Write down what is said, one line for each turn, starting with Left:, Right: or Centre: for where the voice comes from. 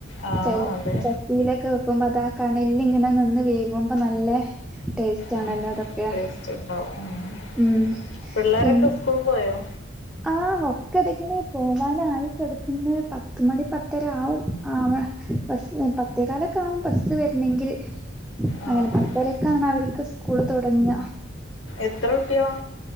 Left: ആഹ്
Centre: ച
Left: അതെ
Centre: ച തീയിലൊക്കെ വെക്കുമ്പോ അതാ കണലിലിങ്ങനെ നിന്ന് വേകുമ്പൊ നല്ല ടേസ്റ്റ്
Left: ഉം
Centre: ആണല്ലോ അതൊ യ
Left: ടേസ്റ്റ് ഉണ്ടാവും ഉം
Centre: ഉം
Left: പിള്ളേരൊക്കെ
Centre: പിന്ന
Left: സ്കൂൾ പോയോ
Centre: ആഹ് ഒക്കതക്ക്ണ് പോവാനായി കെടക്കുമ്പോയ് പത്ത് മണി പത്തര ആവും ആവാ പക്ഷേ പത്തേകാലൊ ക്കാവും ബസ് വര്ണെങ്കില് അങ്ങനെ
Left: ആഹ്
Centre: പത്തരെക്കാണ്
Left: ആഹ്
Centre: അവർക്ക് സ്കൂള് തൊടങ്ങ
Left: എത്ര കുട്ട്യാളാ